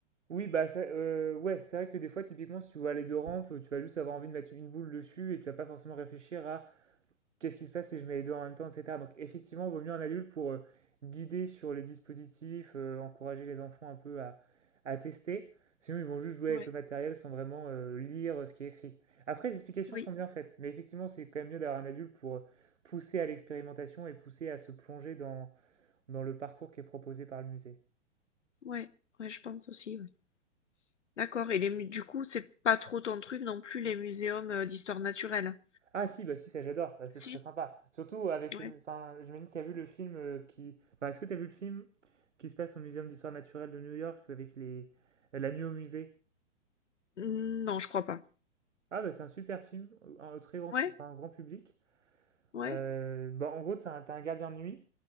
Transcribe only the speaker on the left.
Ouais.
Oui,
ouais, ouais, je pense aussi, ouais. D'accord et les mu du coup, c'est pas trop ton truc non plus les muséums, heu, d'histoire naturelle?
Si?
Ouais.
Mm, Non, je crois pas.
Ouais?
Ouais?